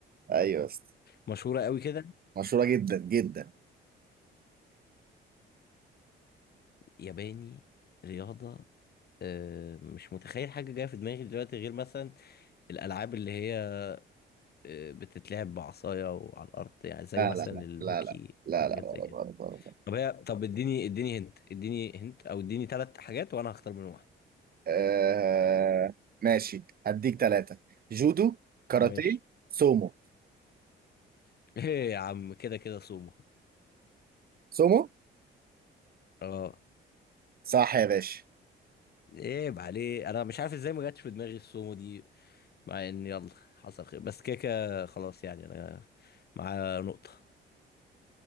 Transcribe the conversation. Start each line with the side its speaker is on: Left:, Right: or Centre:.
Right: ايوه يا اسطى
Left: مشهورة قوي كده
Right: مشهوره جدا جدا
Left: ياباني رياضة آه مش متخيل حاجة جاية في دماغي دلوقتي غير مثلا الألعاب اللي هي آه، بتتلعب بعصاية وعلى الأرض يعني زي
Right: لا
Left: مثلا
Right: لا لا
Left: الهوكي
Right: لا لا لا لا
Left: حاجات
Right: غلط
Left: زي كده
Right: غلط غلط
Left: طب هي طب اديني اديني هنت اديني هنت أو اديني ثلاث حاجات وأنا هختار منهم واحدة
Right: آه ماشي هديك ثلاثه جودو كاراتيه
Left: ماشي
Right: سومو
Left: <laughs> ايه يا عم كده كده سومو
Right: سومو
Left: اه
Right: صح يا باشا
Left: عيب عليه انا مش عارف ازاي ما جاتش في دماغي السومو دي مع ان يلا حصل خير بس كده كده خلاص يعني انا معايا نقطة